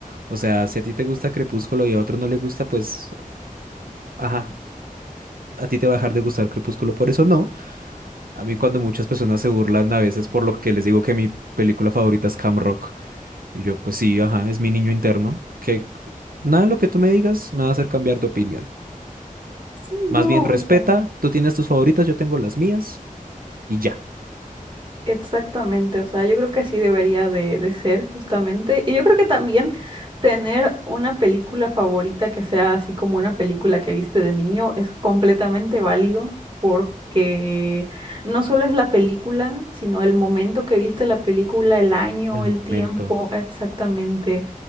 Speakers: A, on the right (about 85°); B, on the right (about 35°).
A: O sea, si a ti te gusta Crepúsculo y a otro no le gusta, pues, ajá, a ti te va a dejar de gustar Crepúsculo, por eso no. A mí cuando muchas personas se burlan a veces por lo que les digo que mi película favorita es Cam Rock. Y yo, pues sí, ajá, es mi niño interno, que nada de lo que tú me digas me va a hacer cambiar de opinión.
B: Sí, no,
A: Más bien respeta,
B: o sea.
A: tú tienes tus favoritas, yo tengo las mías y ya.
B: Exactamente, o sea, yo creo que así debería de, de ser justamente. Y yo creo que también tener una película favorita que sea así como una película que viste de niño es completamente válido porque no solo es la película, sino el momento que viste la película, el año,
A: El momento.
B: el tiempo, exactamente.